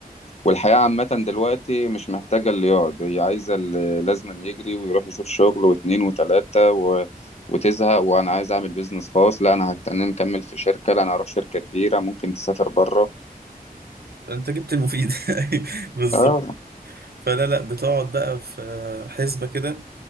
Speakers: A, on the left; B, on the right.
A: والحياة عامة دلوقتي مش محتاجة اللي يقعد هي عايزة اللي لازم يجري ويروح يشوف شغل واتنين وتلاتة و... وتزهق وانا عايز اعمل بيزنس خاص لا انا هتنم مكمل في شركة لا انا هروح شركة كبيرة ممكن تسافر بره
B: انت جبت المفيد <laughs> بالظبط
A: اه
B: فلا لا بتقعد بقى في حسبة كده